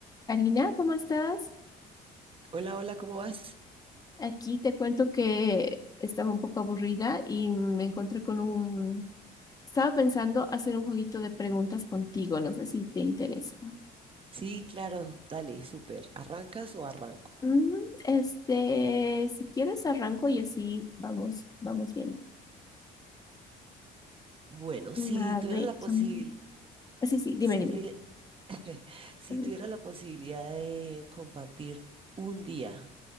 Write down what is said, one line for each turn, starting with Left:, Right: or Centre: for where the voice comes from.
Left: Karina, ¿cómo estás?
Right: Hola, hola, ¿cómo vas?
Left: Aquí te cuento que estaba un poco aburrida y me encontré con un... Estaba pensando hacer un jueguito de preguntas contigo, no sé si te interesa.
Right: Sí, claro, dale, súper. ¿Arrancas o arranco?
Left: Mm, este, si quieres arranco y así vamos, vamos bien.
Right: Bueno, si
Left: a
Right: tuviera
Left: ver,
Right: la posibil-
Left: mm, sí, sí, dime,
Right: si
Left: dime.
Right: tuvi- <laughs> si
Left: Ujú.
Right: tuviera la posibilidad de compartir un día